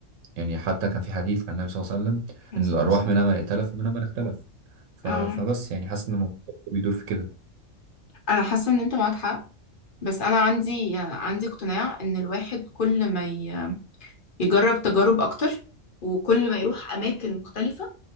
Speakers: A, on the right; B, on the left.
A: يعني حتى كان في حديث عن النبي صلى الله عليه وسلم
B: عليه
A: ان
B: الصلاة
A: الارواح
B: والسلام
A: منها من ائتلف ومنها من اختلف ف-
B: اه
A: فبس يعني حاسس ان الموضوع بيدور في كده
B: انا حاسة ان انت معاك حق بس انا عندي عندي اقتناع ان الواحد كل ما ي- يجرب تجارب اكتر وكل ما يروح اماكن مختلفة